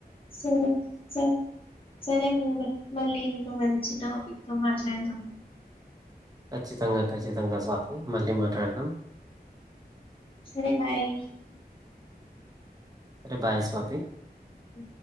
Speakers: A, on the left (about 35°); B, on the right (about 20°).
A: సరే సరే సరే <unintelligible> మళ్ళీ ఇంకోమం చి టాపిక్తో మాట్లాడుదాం
B: ఖచ్చితంగా ఖచ్చితంగా స్వాతి మళ్ళీ మాటాడుదం
A: సరే బాయ్
B: సరే బాయ్ స్వాతి
A: అ